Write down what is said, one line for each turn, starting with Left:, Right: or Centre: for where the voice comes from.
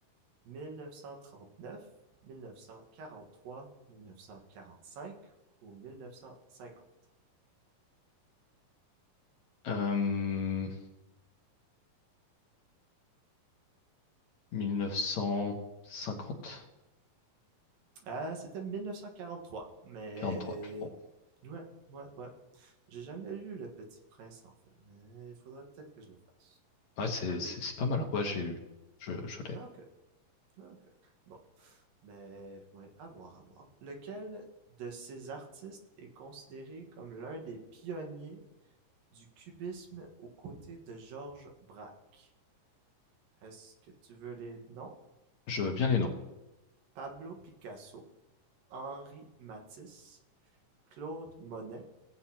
Right: mille neuf cent trente-neuf mille neuf cent quarante-trois mille neuf cent quarante-cinq ou mille neuf cent cinquante.
Left: Euh, 1950,
Right: Ah, c'était 1943, mais...
Left: 43. Bon,
Right: Ouais, ouais, ouais. J'ai jamais lu Le Petit Prince, en fait, mais il faudrait peut-être que je le fasse.
Left: ouais,
Right: Toi,
Left: c'est
Right: tu l'as lu?
Left: c'est- c'est pas mal. hein. Ouais, je l'ai lu. Je, je l'ai.
Right: Ah, ok, ah, ok. Bon, mais... Ouais, à voir, à voir. Lequel de ces artistes est considéré comme l'un des pionniers du cubisme aux côtés de Georges Braque? Est-ce que tu veux les noms?
Left: Je veux bien les noms.
Right: Pablo Picasso, Henri Matisse, Claude Monet